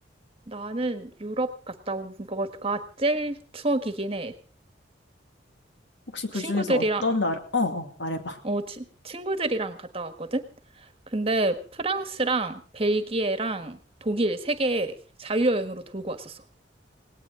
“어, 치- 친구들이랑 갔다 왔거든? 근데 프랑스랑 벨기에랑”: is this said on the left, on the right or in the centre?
Right